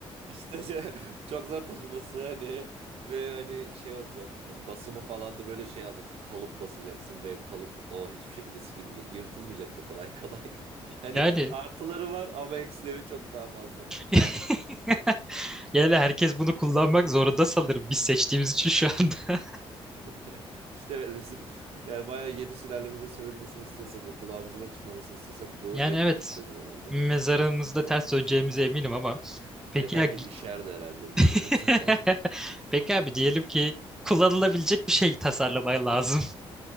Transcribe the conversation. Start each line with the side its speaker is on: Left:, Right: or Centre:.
Right: İşte şey- <laughs> çok zor taşıması hani ve hani şey olacak hani basımı falan da böyle şey alacaksın kalıp basacaksın ve kalıp o hiçbir şekilde silinmeyecek yırtılmayacak da kolay kolay. <laughs> Hani
Centre: Yani
Right: artıları var ama eksileri çok daha fazla.
Centre: <laughs> yani herkes bunu kullanmak zorunda sanırım biz seçtiğimiz için şu anda.
Right: <laughs> İşte evet bizim yani bayağı yedi sülalemize sövülmesini istiyorsak ve kulağımızın hep çınlamasını istiyorsak bu
Centre: Yani
Right: en
Centre: evet
Right: iyi çözüm olurdu.
Centre: mezarımızda ters döneceğimize eminim ama peki
Right: Evet herkes
Centre: ya
Right: işerdi herhalde bizim
Centre: <laughs>
Right: mesela. <laughs>
Centre: peki abi diyelim ki kullanılabilecek bir şey tasarlamaya lazım.